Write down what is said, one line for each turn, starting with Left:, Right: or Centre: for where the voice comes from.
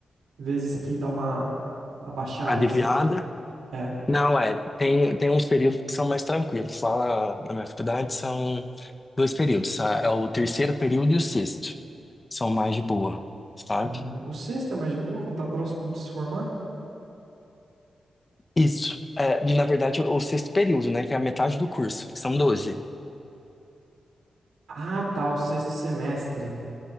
Right: vezes que dá uma abaixada
Left: aliviada,
Right: assim? É.
Left: Não, é, tem, tem uns períodos que são mais tranquilos. Lá na, na minha faculdade são dois períodos, sa- é o terceiro período e o sexto. São mais de boa, sabe?
Right: Ah, o sexto é mais de boa, quando tá próximo de se formar?
Left: Isso. É, na verdade, o sexto período, né, que é a metade do curso, que são doze.
Right: Ah, tá, o sexto semestre.